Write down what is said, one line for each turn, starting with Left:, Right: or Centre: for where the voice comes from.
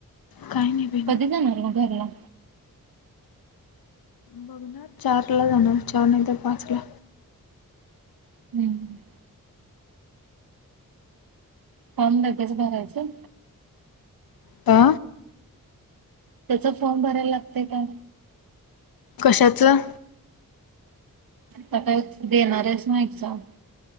Left: काय नाही बाई ना
Right: कधी जाणार म घरला?
Left: बघणार चार ला जाणार. चार नाही तर पाच ला.
Right: हम्म. काम लेगेच भरायचं?
Left: ता,
Right: त्याचा फॉर्म भरायला लागतय का?
Left: कशाचं
Right: त काय देणारेच ना एक्झाम